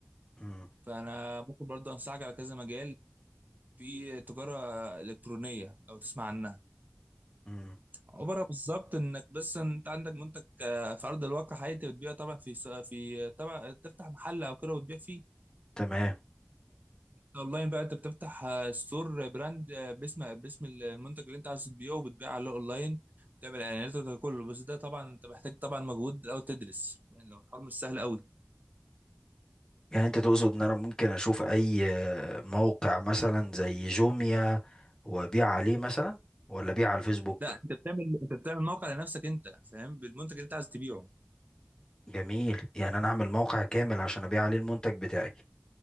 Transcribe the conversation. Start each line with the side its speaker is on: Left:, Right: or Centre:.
Left: مم.
Right: فانا ممكن برضه انصحك على كذا مجال في تجاره الكترونيه لو تسمع عنها
Left: مم.
Right: عباره بالظبط انك بس انت عندك منتج آه، في ارض الواقع حقيقي انت بتبيعه طبعا في س- في طبعا تفتح محل او كده وتبيع فيه
Left: تمام
Right: اونلاين بقى انت بتفتح آه، ستور براند آه، باسم باسم المنتج اللي انت عايز تبيعه وبتبيع عليه اونلاين تعمل اعلانات وده كله بس ده طبعا انت محتاج طبعا مجهود او تدرس يعني لو الحوار مش سهل قوي
Left: يعني انت تقصد ان انا ممكن اشوف اي آه، موقع مثلا زي جوميا وابيع عليه مثلا ولا ابيع على الفيسبوك
Right: لا انت بتعمل انت بتعمل موقع لنفسك انت فاهم بالمنتج اللي انت عايز تبيعه
Left: جميل يعني انا اعمل موقع كامل عشان ابيع عليه المنتج بتاعي